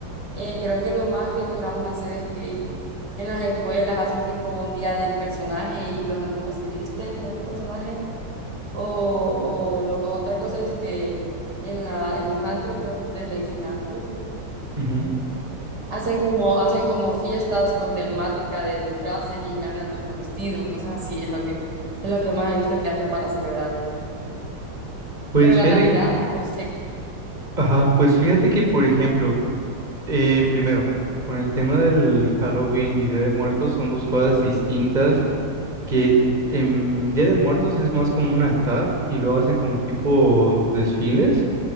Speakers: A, on the right (about 60°); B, on the right (about 20°).
A: Eh, creo que lo más que logramos hacer es que en las escuelas hacen tipo un día del personaje y los alumnos se visten de algún personaje, o, o lo- otra cosa es que en, la, en los antros, creo que ustedes le dicen antros
B: ujú.
A: Hacen como, hacen como fiestas con temática de disfraces y gana el mejor vestido, cosas así, es lo que, es lo que más he visto que hacen para celebrarlo.
B: Pues
A: Pero la
B: fíjate
A: Navidad,
B: que,
A: no sé.
B: ajá, pues fíjate que, por ejemplo, eh, primero, con el tema del Halloween y Día de Muertos son dos cosas distintas que en Día de Muertos es más como un altar y lo hacen como tipo desfiles